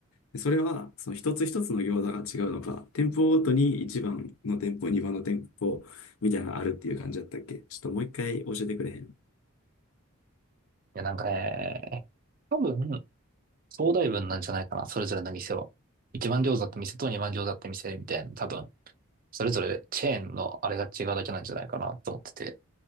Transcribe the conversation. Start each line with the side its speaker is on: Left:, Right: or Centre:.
Left: でそれは、その一つ一つの餃子が違うのか、店舗ごとに1番の店舗、2番の店舗みたいなのあるっていう感じだったっけちょっともう一回教えてくれへん。
Right: や、なんかね、多分、総代分なんじゃないかな、それぞれの店は。1番餃子って店と2番餃子って店みたいな、多分、それぞれチェーンのあれが違うだけなんじゃないかなと思ってて。